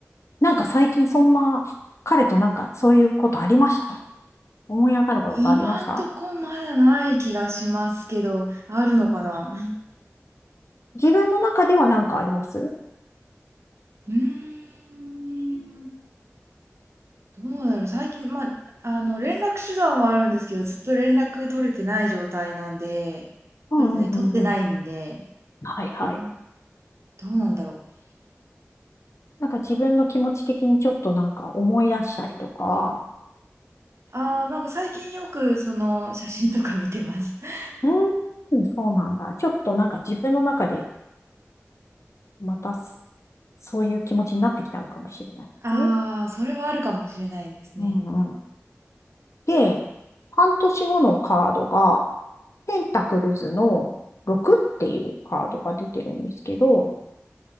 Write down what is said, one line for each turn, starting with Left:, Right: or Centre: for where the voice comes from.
Left: な。なんか最近そんな、彼となんかそういうことありました思い当たることありました
Right: 今んとこまだない気がしますけど、あるのかな
Left: うん自分の中ではなんかあります
Right: うーん。どうだろう。最近、まあ、あの、連絡手段はあるんですけど、ずっと連絡取れてない状態なんで、
Left: うんうんうんうん。
Right: 取れてない、取ってないんで、
Left: はいはい。
Right: うん、どうなんだろう。
Left: なんか自分の気持ち的にちょっとなんか思い出したりとか、
Right: ああ、なんか最近よくその写真とか見てます。<laughs>
Left: うーん、そうなんだ。ちょっとなんか自分の中でまたすそういう気持ちになってきたのかもしれないですね。
Right: ああ、それはあるかもしれないですね。
Left: うんうん。で、半年後のカードが、ペンタクルズの6っていうカードが出てるんですけど、